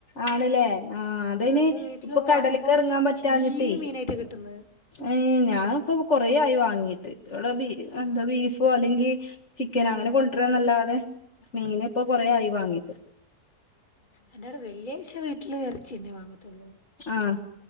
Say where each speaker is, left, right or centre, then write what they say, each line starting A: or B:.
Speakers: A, on the left; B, on the left.
A: ആണ്ല്ലേ ആഹ് അത് അയ്ന്
B: എന്റെ വീട്ടിലൊക്കെ
A: ഇപ്പൊ കടലക്ക്
B: വാങ്ങുമ്പോ
A: ഇറങ്ങാൻ പറ്റാഞ്ഞിട്ടേ
B: ചീഞ്ഞ മീനായിട്ട് കിട്ടുന്നത്
A: ഏഹ് ഞാനിപ്പോ കൊറേ ആയി വാങ്ങീട്ട് ഇവിടെ ബീ
B: ആഹ്
A: എന്താ ബീഫോ അല്ലെങ്കി ചിക്കനെ അങ്ങനെ കൊണ്ടിരന്നല്ലാത മീന് ഇപ്പൊ കൊറേ ആയി വാങ്ങീട്ട്
B: എന്റോട് വെള്ളിയാഴ്ച്ച വീട്ടില് എറച്ചിന്നെ വാങ്ങും ത്തുള്ളൂ
A: ആഹ്